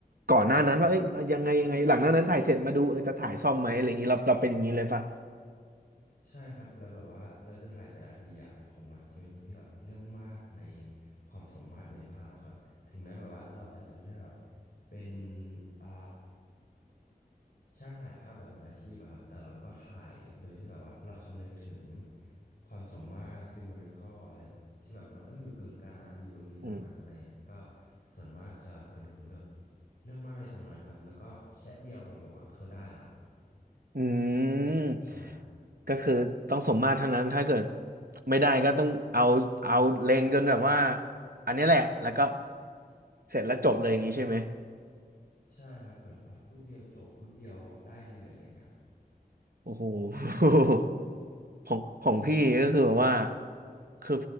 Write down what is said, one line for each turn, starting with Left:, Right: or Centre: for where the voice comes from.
Right: ก่อนหน้านั้นว่าเอ้ยเรายังไงยังไงหลังหน้านั้นถ่ายเสร็จมาดูเออจะถ่ายซ่อมไหมอะไรอย่างนี้เราเราเป็นอย่างนี้เลยป่ะ
Left: ใช่ครับ แล้วแบบว่าเราจะถ่ายแต่ละทีอ่ะผมอ่ะจะเป็นคนที่แบบเรื่องมากในความสมมาตรในภาพครับ ถึงแม้แบบว่าเราอาจจะไม่ได้แบบเป็นอ่า ช่างถ่ายภาพแบบมืออาชีพอะครับแต่เราก็ถ่ายโดยที่แบบว่าเราคำนึงถึงความสมมาตร symmetrical อะไรแบบที่แบบมันต้องอยู่กึ่งกลางอยู่ตรงนี้ตรงนั้นอะไรเงี้ยก็
Right: อืม
Left: ส่วนมากจะเป็นคนที่แบบเรื่องมากในตรงนั้นครับแล้วก็แชะเดียวของผมอะคือได้ละ
Right: อืม
Left: ได้ครับ
Right: ก็คือต้องสมมาตรเท่านั้นถ้าเกิดไม่ได้ก็ต้องเอาเอาเล็งจนแบบว่าอันนี้แหละแล้วก็เสร็จแล้วจบเลยอย่างนี้ใช่ไหม
Left: ใช่ครับเหมือนว่ารูปเดียวจบรูปเดียวได้เลยอะไรเงี้ย
Right: โอ้โห <laughs> ของของพี่ก็คือแบบว่าคือ